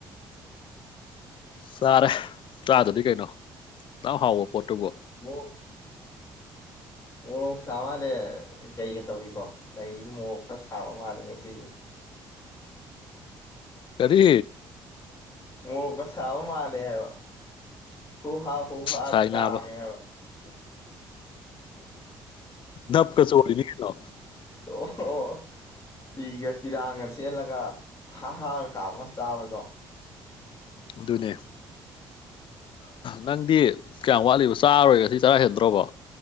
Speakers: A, on the left (about 55°); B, on the left (about 30°).
A: ꯆꯥꯔꯦ ꯆꯥꯗꯗꯤ ꯀꯩꯅꯣ ꯇ ꯍꯥꯎꯕ ꯄꯣꯠꯇꯕ
B: ꯃꯣꯔꯣꯛ ꯃꯣꯔꯣꯛ ꯁꯥ ꯃꯥꯜꯂꯦ ꯀꯩꯒ ꯇꯧꯏꯀꯣ ꯂꯩꯒꯁꯦ ꯃꯣꯔꯣꯛ ꯈꯔ ꯁꯥꯕ ꯃꯥꯜꯂꯦ ꯉꯁꯤꯁꯦ
A: ꯀꯔꯤ
B: ꯃꯣꯔꯣꯛꯀ ꯁꯥꯕ ꯃꯥꯜꯂꯦ ꯍꯥꯏꯕ ꯍꯨ ꯍꯥ ꯍꯨ ꯍꯥꯒ
A: ꯁꯥꯏ
B: ꯀꯥꯝꯃꯦ
A: ꯅꯥꯕ
B: ꯍꯥꯏꯕ
A: ꯅꯞꯀ ꯆꯣꯔꯤꯅꯤ ꯀꯩꯅꯣ
B: ꯑꯣ ꯑꯣ ꯐꯤꯒ ꯐꯤꯔꯥꯡꯒ ꯁꯦꯂꯒ ꯍꯥ ꯍꯥꯒꯥ ꯀꯥꯃꯒꯥ ꯆꯥꯕꯗꯣ
A: ꯑꯗꯨꯅꯦ ꯅꯡꯗꯤ ꯀꯌꯥꯝ ꯋꯥꯠꯂꯤꯕ ꯆꯥꯔꯣꯏꯒ ꯉꯥꯁꯤ ꯆꯔꯥ ꯍꯦꯟꯗ꯭ꯔꯣꯕꯣ